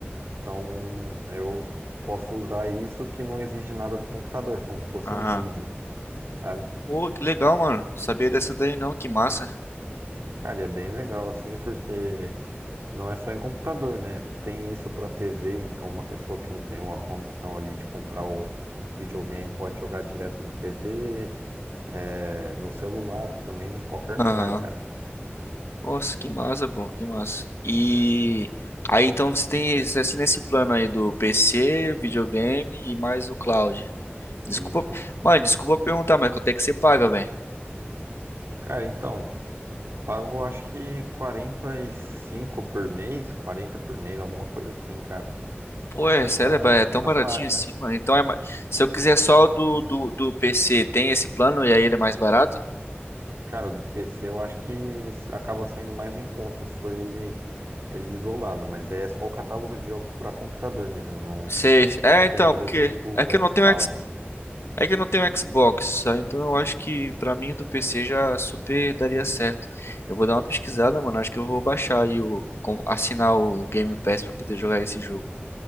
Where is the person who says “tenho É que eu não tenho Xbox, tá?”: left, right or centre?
Left